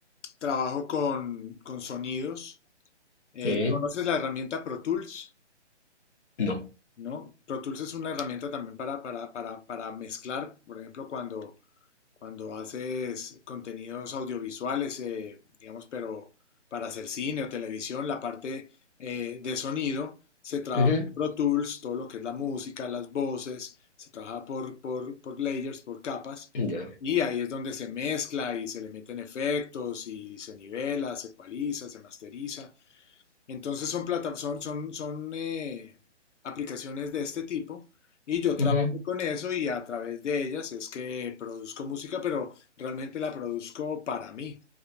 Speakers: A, on the left; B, on the left.
A: trabajo con, con sonidos. Eh,
B: Sí.
A: ¿conoces la herramienta Pro Tools?
B: No.
A: ¿No? Pro Tools es una herramienta también para, para, para, para mezclar, por ejemplo, cuando cuando haces contenidos audiovisuales, eh, digamos, pero para hacer cine o televisión, la parte eh, de sonido se trabaja
B: Ujú.
A: en Pro Tools, todo lo que es la música, las voces, se trabaja por, por, por layers, por capas,
B: Ya.
A: y ahí es donde se mezcla y se le meten efectos y se nivela, se ecualiza, se masteriza. Entonces son plata- son, son, son eh, aplicaciones de este tipo y yo trabajo
B: Ujú.
A: con eso y a través de ellas es que produzco música, pero realmente la produzco para mí.